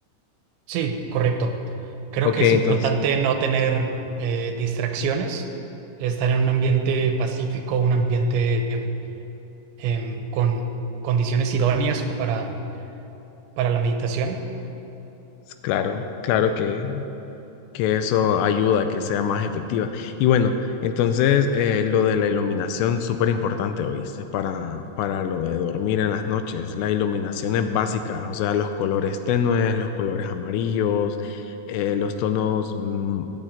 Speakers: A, on the right; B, on the left.
A: Sí, correcto. Creo
B: Ok,
A: que
B: entonces,
A: es importante no tener eh, distracciones, estar en un ambiente pacífico, un ambiente em, em, con condiciones idóneas para, para la meditación.
B: claro, claro que que eso ayuda a que sea más efectiva. Y bueno, entonces eh, lo de la iluminación, súper importante, ¿oíste? Para, para lo de dormir en las noches. La iluminación es básica, o sea, los colores tenues, los colores amarillos, eh, los tonos mm,